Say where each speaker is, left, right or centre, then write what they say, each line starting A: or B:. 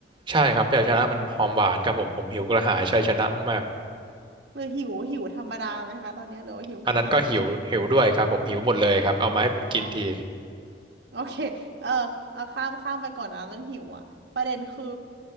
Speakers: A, on the right (about 25°); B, on the right (about 70°).
A: ใช่ครับชัยชนะมันหอมหวานครับผมผมหิวกระหายชัยชนะมาก
B: หรือหิวหิวธรรมดาไหมคะตอนนี้หรือว่าหิวกระหายชัน
A: ๆอันนั้นก็หิวหิวด้วยครับผมหิวหมดเลยครับเอามาให้ผมกินที
B: ๆอ๋อโอเคเออเอาข้ามข้ามไปก่อนนะเรื่องหิวอ่ะประเด็นคือ